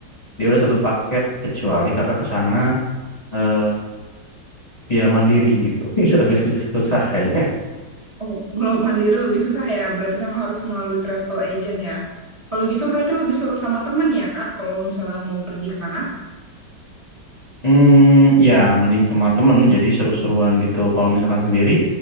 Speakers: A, on the left; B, on the right.
A: dia udah satu paket kecuali kakak ke sana eh, via mandiri gitu, <laughs> itu agak susah, susah kayaknya.
B: Oh, kalau mandiri lebih susah ya, berarti memang harus melalui travel agent ya. Kalau gitu berarti lebih seru sama temen ya, Kak, kalau misalnya mau pergi ke sana.
A: Hmm, ya mending sama temen jadi seru-seruan gitu. Kalau misalkan sendiri